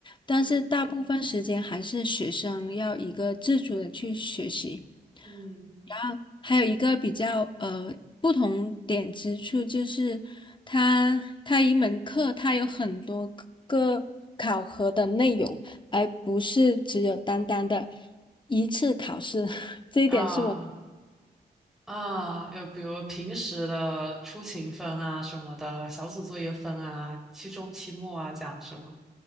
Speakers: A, on the left; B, in the centre.
A: 但是大部分时间还是学生要一个自主的去学习。
B: 嗯嗯
A: 然后还有一个比较呃不同点之处就是，它它一门课它有很多个考核的内容，而不是只有单单的一次考试，<laughs> 这一点是我。
B: 啊。啊，又比如平时的出勤分啊什么的，小组作业分啊，期中、期末啊，这样是吗？